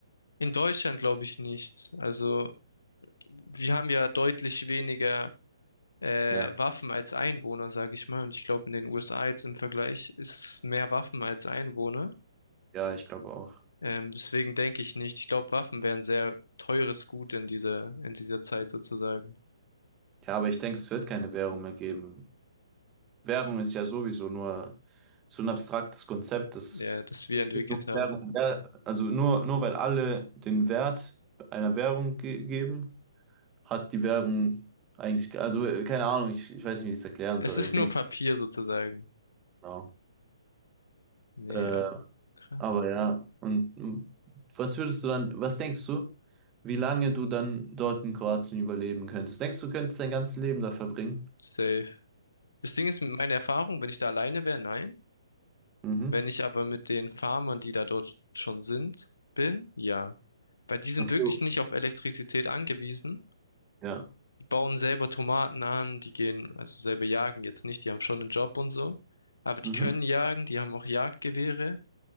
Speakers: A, on the left (about 70°); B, on the right (about 20°).
A: In Deutschland glaube ich nicht. Also wir haben ja deutlich weniger äh,
B: Ja,
A: Waffen als Einwohner, sage ich mal. Und ich glaube, in den USA jetzt im Vergleich ist es mehr Waffen als Einwohner.
B: ja, ich glaube auch.
A: Ähm, deswegen denke ich nicht. Ich glaube, Waffen wären sehr teures Gut in dieser, in dieser Zeit sozusagen,
B: Ja, aber ich denke, es wird keine Währung mehr geben. Währung ist ja sowieso nur so ein abstraktes Konzept, das
A: ja, das wir entwickelt haben.
B: Währung, ja, also nur, nur weil alle den Wert einer Währung ge geben, hat die Währung eigentlich, ge- also äh, keine Ahnung, ich, ich weiß nicht, wie ich es erklären
A: Es
B: soll, aber
A: ist
B: ich denke,
A: nur Papier sozusagen.
B: genau.
A: Nee,
B: Äh,
A: aber krass.
B: Aber ja, und mm, was würdest du dann, was denkst du, wie lange du dann dort in Kroatien überleben könntest? Denkst du, könntest dein ganzes Leben da verbringen?
A: Safe. Das Ding ist, mit meiner Erfahrung, wenn ich da alleine wäre, nein.
B: Mhm.
A: Wenn ich aber mit den Farmern, die da dort schon sind, bin, ja. Weil die sind
B: Okay.
A: wirklich nicht auf Elektrizität angewiesen.
B: Ja.
A: Die bauen selber Tomaten an, die gehen, also selber jagen jetzt nicht, die haben schon einen Job und so. Aber die
B: Mhm.
A: können jagen, die haben auch Jagdgewehre.